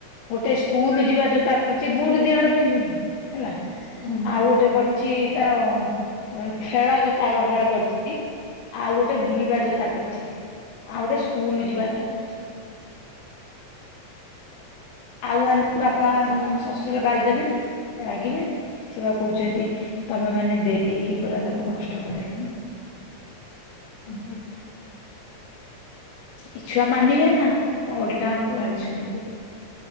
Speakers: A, on the left; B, on the left.
A: ଗୋଟେ ସ୍କୁଲ ଯିବା ଜୋତା କରିଚି ବୁଟୁ ଦିହଳ ପିନ୍ଧୁନି ହେଲା।
B: ଉଁ ହୁଁ।
A: ଆଉ ଗୋଟେ କରିଚି ତାର ଉଁ ଖେଳ ଜୋତା ଗ ହଳେ କରିଚି। ଆଉ ଗୋଟେ ବୁଲିବା ଯୋତା କରିଚି ଆଉ ଗୋଟେ ସ୍କୁଲ ଯିବା ଯୋତା କରିଚି। ଆଉ
B: ସେ
A: ଆଣନେ ବାପା
B: ଛୁଆ
A: ଶ୍ୱଶୁର ଗାଲ ଦେବେନି। ରାଗିବେନି ସେ ବା କୋଉଚନ୍ତି ତମେ ମାନେ ଦେଇକି ପୁରା ତାକୁ ନଷ୍ଟ କରେଇଲଣି।
B: ଉଁ ହୁଁ।
A: ଏ ଛୁଆ ମାନିବେ ନା ଓଲଟା ଆମକୁ ଗାଳି ଶୁଣେଇବେ।